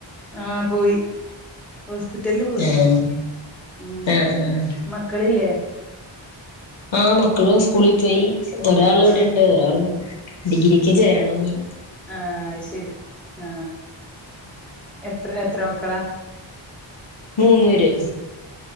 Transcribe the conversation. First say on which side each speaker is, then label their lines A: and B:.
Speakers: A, in the centre; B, on the left.
A: ആ പോയി. ഹോസ്പിറ്റലില് പോയി
B: ആഹ്
A: ഉം
B: ആഹ് ആഹ് ആഹ്
A: മക്കളില്ലേ?
B: ആ മക്കള് സ്കൂളി പോയി ഒരാൾ
A: ആഹ്
B: ഇവിടെണ്ട് ഒരാൾ ഡിഗ്രിക്ക് ചേരണം ഞ്ഞി.
A: ആ അത്ശരി ആ എത്ര എത്ര മ ക്കളാ
B: മൂന്നേര്.